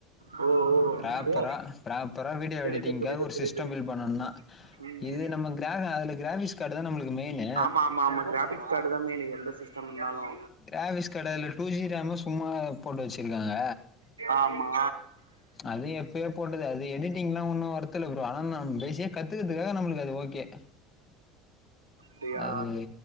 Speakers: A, on the right; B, on the left.
A: ஓ ஓ
B: ப்ராப்பரா
A: ஓ
B: ப்ராப்பரா வீடியோ
A: புரியுது
B: எடிட்டிங்காக
A: புரியுது
B: ஒரு
A: புரியுது
B: சிஸ்டோ பில் பண்ணணுனா
A: <inaudible>
B: இது நம்ம கிராஹ அதுல கிராஃபிஸ் கார்டு தா நம்ளுக்கு மெய்னு
A: ஆமாமாமா கிராஃபிக்ஸ் கார்டு தா மெய்னு எந்த சிஸ்டம் வந்தாலு
B: கிராஃபிஸ் கடைல டூ ஜி ரேமு சும்மா போட்டு வச்சிருக்காங்க
A: ஆமா
B: அது எப்பயோ போட்டது அது எடிட்டிங்லா ஒன்னு ஒர்த் இல்ல ப்ரோ ஆனா நா பேஸிக்கா க த்துக்கறதுக்காக நம்ளுக்கு அது ஓகே
A: அப்டியா
B: அது